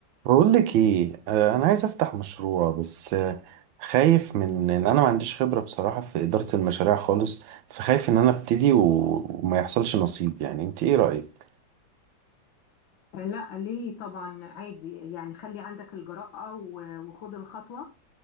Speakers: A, on the right; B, on the left.
A: بقول لك ايه آه، انا عايز افتح مشروع بس آه، خايف من ان انا ما عنديش خبرة بصراحة في إدارة المشاريع خالص فخايف ان انا ابتدي و... وما يحصلش نصيب يعني انت ايه رأيك
B: لا ليه طبعا عادي يعني خلي عندك الجرأة و- وخد الخطوة